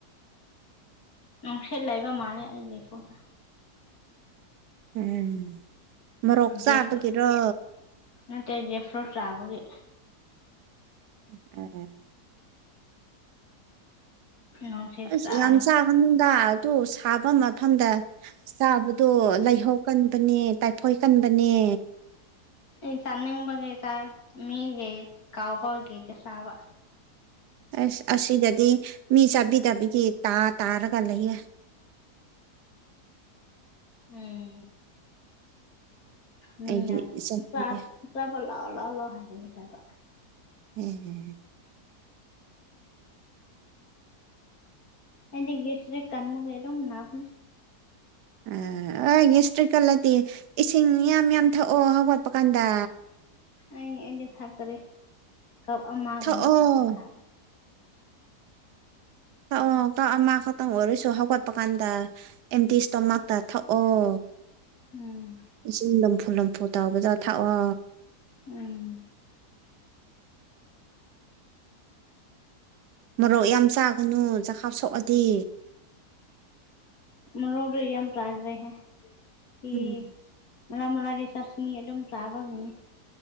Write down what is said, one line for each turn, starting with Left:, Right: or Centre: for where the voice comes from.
Left: ꯅꯨꯡꯁꯤꯠ ꯂꯩꯕ ꯃꯥꯂꯦ ꯑꯩꯒꯤ ꯄꯨꯛꯗ‌
Right: ꯎꯝ ꯃꯣꯔꯣꯛ ꯆꯥꯕꯒꯤꯔꯣ
Left: ꯖꯦꯐ꯭ꯔꯨꯠ ꯅꯠꯇꯦ ꯌ‌ꯦꯐ꯭ꯔꯣꯠ ꯆꯥꯕꯒꯤ
Right: <unintelligible>
Left: ꯅꯨꯡꯁꯤꯠ
Right: ꯑꯁ
Left: ꯆꯥꯔꯒ
Right: ꯌꯥꯝ ꯆꯥꯒꯅꯨꯗꯥ ꯑꯗꯨ ꯁꯥꯕ ꯃꯐꯝꯗ ꯆꯥꯕꯗꯣ ꯂꯩꯍꯧ ꯀꯟꯕꯅꯦ ꯇꯥꯏꯐꯣꯏ ꯀꯟꯕꯅꯦ
Left: ꯑꯩ ꯆꯥꯟꯅꯤꯡꯕꯒꯤ <unintelligible> ꯃꯤꯒꯩ ꯀꯥꯎꯕꯒꯤꯒ ꯆꯥꯕ
Right: ꯑꯁ ꯑꯁꯤꯗꯗꯤ ꯃꯤ ꯆꯥꯕꯤꯗꯕꯤꯒꯤ ꯇꯥ ꯇꯥꯔꯒ ꯂꯩꯌꯦ
Left: ꯎꯝ ꯃꯤꯅ
Right: ꯑꯩꯗꯤ ꯆꯠꯄꯤꯗꯦ
Left: ꯆꯥ ꯆꯥꯕ ꯂꯥꯑꯣ ꯂꯥꯑꯣ ꯂꯥꯎ ꯍꯥꯏꯕꯒꯤ ꯆꯥꯕ
Right: ꯎꯝ
Left: ꯑꯩꯗꯤ ꯒꯤꯁꯇ꯭ꯔꯤꯛ ꯀꯟꯕꯒꯤ ꯑꯗꯨꯝ ꯅꯥꯕꯟ
Right: ꯑꯥ ꯑꯣꯢ ꯒꯦꯁꯇ꯭ꯔꯤꯛ ꯀꯜꯂꯗꯤ ꯏꯁꯤꯡ ꯌꯥꯝ ꯌꯥꯝ ꯊꯛꯑꯣ ꯍꯧꯒꯠꯄ ꯀꯥꯟꯗ
Left: ꯑꯩ ꯑꯩꯗꯤ ꯊꯥꯛꯇꯔꯤ ꯀꯞ ꯑꯃꯥꯒꯨꯝꯕ
Right: ꯊꯛꯑꯣ
Left: ꯈꯛꯇ ꯊꯛꯑ
Right: ꯊꯛꯑꯣ ꯀꯞ ꯑꯃꯥ ꯈꯛꯇꯪ ꯑꯣꯏꯔꯁꯨ ꯍꯧꯒꯠꯄ ꯀꯥꯟꯗ ꯑꯦꯝꯇꯤ ꯏꯁꯇꯣꯃꯥꯛꯇ ꯊꯛꯑꯣ
Left: ꯎꯝ
Right: ꯏꯁꯤꯡ ꯂꯨꯝꯐꯨ ꯂꯨꯝꯐꯨ ꯇꯧꯕꯗꯣ ꯊꯥꯛꯑꯣ
Left: ꯎꯝ
Right: ꯃꯣꯔꯣꯛ ꯌꯥꯝ ꯆꯥꯒꯅꯨ ꯆꯈꯥꯎ ꯁꯣꯛꯑꯗꯤ
Left: ꯃꯣꯔꯣꯛꯇꯤ ꯌꯥꯝ ꯆꯥꯗ꯭ꯔꯦꯍꯦ ꯏ
Right: ꯎꯝ
Left: ꯃꯔꯛ ꯃꯔꯛꯇꯤ ꯆꯥꯁ ꯃꯤ ꯑꯗꯨꯝ ꯆꯥꯕꯒꯤꯅꯤ